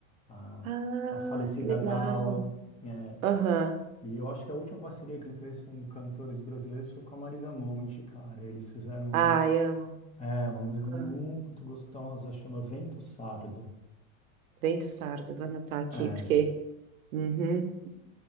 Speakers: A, on the left (about 15°); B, on the right (about 75°).
A: a,
B: Ah,
A: a falecida
B: que legal.
A: Gal. é.
B: Aham.
A: E eu acho que a última parceria que ele fez com cantores brasileiros foi com a Marisa Monte, cara. Eles fizeram uma
B: Ai,
A: música,
B: amo.
A: é, uma música muito
B: Ah,
A: gostosa, chama Vento Sardo.
B: Vento sardo, vou anotar aqui
A: É,
B: porque. Uhum.